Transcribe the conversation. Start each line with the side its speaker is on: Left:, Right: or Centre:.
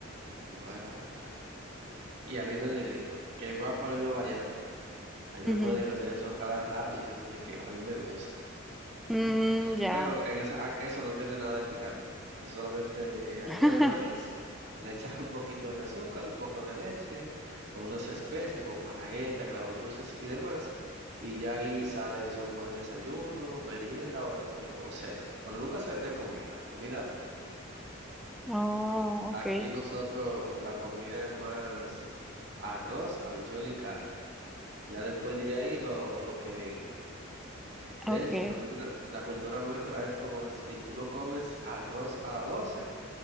Right: ¿y cuál es la otra? Y harina en negrito, que va para la misma variante. A mí me
Centre: ujú.
Right: pueden hacer eso cada rato y yo no me quejo y me gusta.
Centre: Mm,
Right: en pa-
Centre: ya.
Right: Pero en esa, ah, eso no tiene nada de picante. Es solamente eh, harina
Centre: <laughs>
Right: de maíz, le echas un poquito de azúcar, un poco de leche, o unas especias como malagueta, clavos dulces y demás. Y ya ahí sale eso, un buen desayuno, merienda o, o- o cena. Pero nunca se de comida, comida no.
Centre: Oh, ok,
Right: Aquí nosotros la comida es más arroz, habichuela y carne. Ya después de ahí lo, lo que venga. De
Centre: ok.
Right: hecho, también tiene- la cultura nuestra es como si tú no comes arroz a las 12